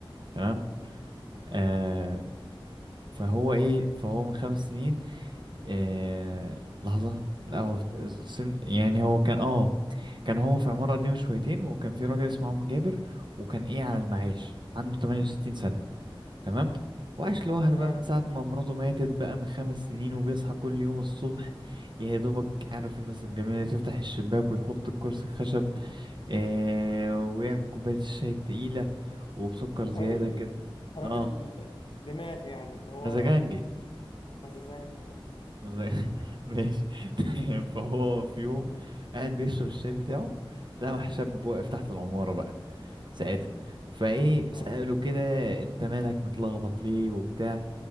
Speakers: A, on the right; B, on the left.
A: تمام آه فهو ايه فهو من خمس سنين إيه لحظة لا هو في سن يعني هو كان اه كان هو في عمارة قديمة شويتين وكان في راجل اسمه عم جابر وكان ايه على المعاش عنده 68 سنة تمام وعاش لوحده
B: تمام
A: بقى من ساعة ما مراته ماتت بقى من خمس سنين وبيصحى كل يوم الصبح يا دوبك عارف الناس الجميلة اللي تفتح الشباك ويحط الكرسي الخشب آه ويعمل كوباية الشاي التقيلة وبسكر زيادة
B: راجل
A: كده
B: راجل
A: اه
B: دماغ يعني اللي هو
A: مزاجنجي
B: مزازنج اه
A: زي <laughs> ماشي <laughs> فهو في يوم قاعد بيشرب الشاي بتاعه لقى حساب واقف تحت العمارة بقى ساعتها فايه
B: تمام
A: سأله كده انت مالك متلخبط ليه وبتاع